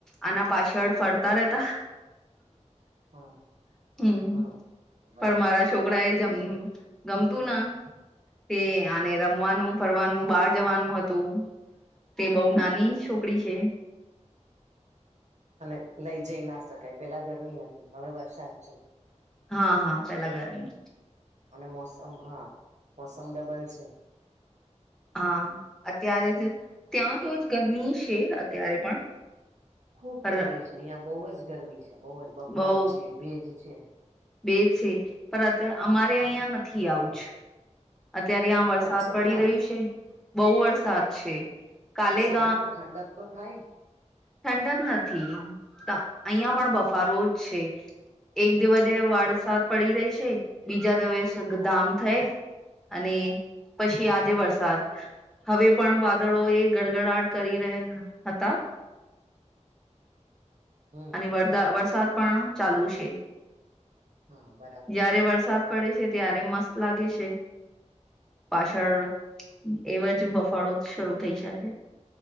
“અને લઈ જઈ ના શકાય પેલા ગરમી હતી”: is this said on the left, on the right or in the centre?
Right